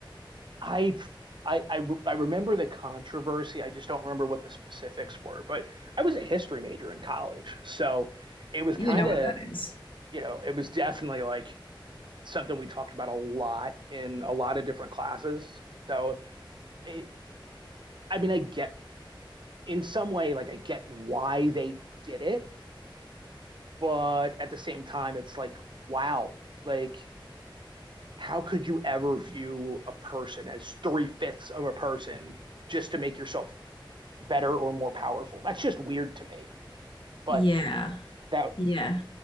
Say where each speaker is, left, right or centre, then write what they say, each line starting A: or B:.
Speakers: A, on the right; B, on the left.
A: I I I, re- I remember the controversy. I just don't remember what the specifics were. But I was a history major in college, so it was
B: You
A: kind
B: know
A: of
B: what that is.
A: you know it was definitely like something we talked about a lot in a lot of different classes. So it, I mean, I get in some way like I get why they did it, but at the same time, it's like wow, like how could you ever view a person as three fifths of a person just to make yourself better or more powerful? That's just weird to me. But
B: Yeah.
A: that,
B: Yeah.